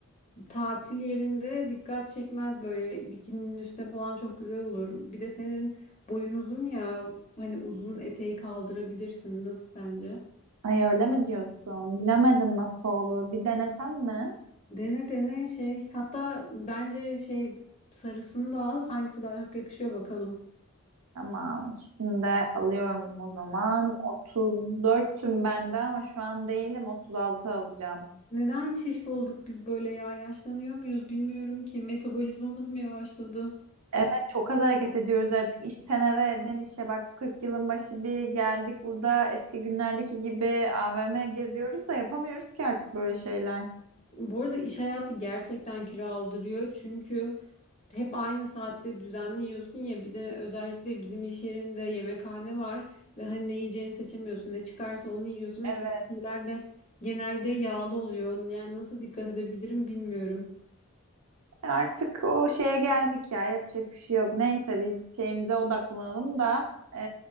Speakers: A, on the left (about 30°); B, on the right (about 80°).
A: tatil yerinde dikkat çekmez böyle bikininin üstüne falan çok güzel olur. Bir de senin boyun uzun ya hani uzun eteği kaldırabilirsin. Nasıl sence?
B: Ay öyle mi diyorsun? Bilemedim nasıl olur. Bir denesem mi?
A: Dene dene şey hatta bence şey sarısını da al hangisi daha çok yakışıyor bakalım.
B: Tamam, ikisini de alıyorum o zaman. 34'tüm bende ama şu an değilim. 36 alacağım.
A: Neden şişko olduk biz böyle ya yaşlanıyor muyuz bilmiyorum ki metabolizmamız mı yavaşladı?
B: Evet, çok az hareket ediyoruz artık. İşten eve, evden işe. Bak 40 yılın başı bir geldik. Burada eski günlerdeki gibi AVM geziyoruz da yapamıyoruz ki artık böyle şeyler.
A: Bu arada iş hayatı gerçekten kilo aldırıyor çünkü hep aynı saatte düzenli yiyorsun ya bir de özellikle bizim iş yerinde yemekhane var ve hani ne yiyeceğini seçemiyorsun ne çıkarsa onu yiyorsun
B: Evet.
A: ve çıkan şeyler de genelde yağlı oluyor yani nasıl dikkat edebilirim bilmiyorum.
B: Artık o şeye geldik ya yapacak bir şey yok. Neyse biz şeyimize odaklanalım da e,